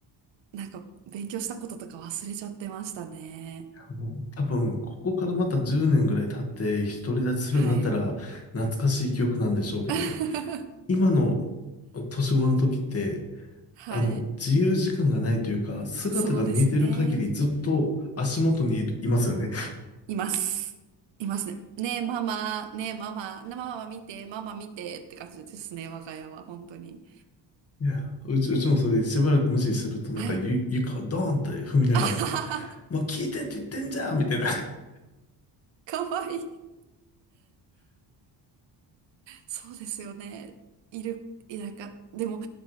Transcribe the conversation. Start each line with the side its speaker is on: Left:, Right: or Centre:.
Right: うなんか勉強したこととか忘れちゃってましたね。
Left: もう多分、ここからまた10年ぐらい経って独り立ちするようになったら懐かしい記憶なんでしょうけど、
Right: はい。<laughs>
Left: 今の年頃の時って、
Right: はい。
Left: あの、自由時間がないというか、姿が見えてる限りずっと足元にいる、
Right: そうですね。
Left: いますよね。
Right: います。いますね。ねえ、ママ、ねえ、ママ、なママ見て、ママ見てって感じですね、我が家は、本当に。
Left: いや、うち、うちもそれでしばらく無視するとなんかゆ床をドーンって踏みながら、
Right: はい。<laughs> あははは、
Left: もう聞いてって言ってんじゃんみたいな。<laughs>
Right: かわいい。そうですよね。いる、いなか、でも、